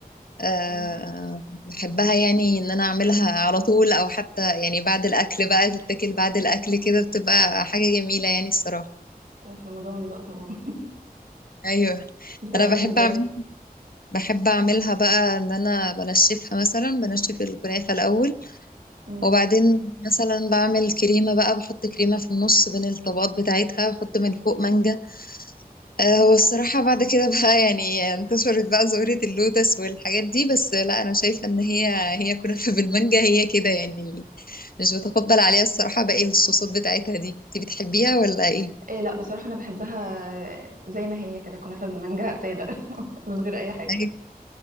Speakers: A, on the left; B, on the right.
A: آه
B: آه،
A: بحبها يعني ان انا اعملها على طول او حتى يعني بعد الاكل بقى تتاكل بعد الاكل كده بتبقى حاجه جميله يعني الصراحه
B: في رمضان بقى طبعا <laughs>
A: ايوه
B: بتعمليها
A: انا بحب
B: ازاي
A: اعمل بحب اعملها بقى ان انا بنشفها مثلا بنشف الكنافه الاول
B: مم.
A: وبعدين مثلا بعمل كريمة بقى بحط كريمة في النص بين الطبقات بتاعتها بحط من فوق مانجا آه، هو الصراحة بعد كده <laughs> بقى يعني انتشرت بقى ظاهرة اللوتس والحاجات دي بس لا أنا شايفة إن هي هي كنافة <laughs> بالمانجا هي كده يعني مش بتقبل عليها الصراحة باقي الصوصات بتاعتها دي انت بتحبيها ولا ايه؟
B: إيه لا بصراحة أنا بحبها زي ما هي كده كنافة بالمانجا سادة <laughs> من غير أي حاجة
A: أيوة،